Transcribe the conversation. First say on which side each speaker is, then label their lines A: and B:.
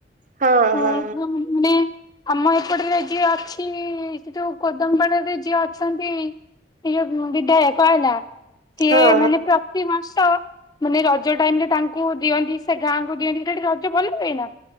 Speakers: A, on the right; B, on the left.
A: ହଁ
B: <unintelligible>
A: ହଁ
B: ମାନେ ଆମ ଏପଟ ରେ ଯିଏ ଅଛି-ଇ, ସେ ଯୋଉ କୋଦମ୍ ପାଳ ରେ ଯିଏ ଅଛନ୍ତି ସିଏ ବିଧାୟକ ହେଲା। ସିଏ
A: ହଁ
B: ମାନେ ପ୍ରତିିମାସ ମାନେ ରଜ ଟାଇମ୍ ରେ ତାଙ୍କୁ ଦିଅନ୍ତି, ସେ ଗାଁ ଙ୍କୁ ଦିଅନ୍ତି। ସେଇଠି ରଜ ଭଲ ହୁଏ ନା!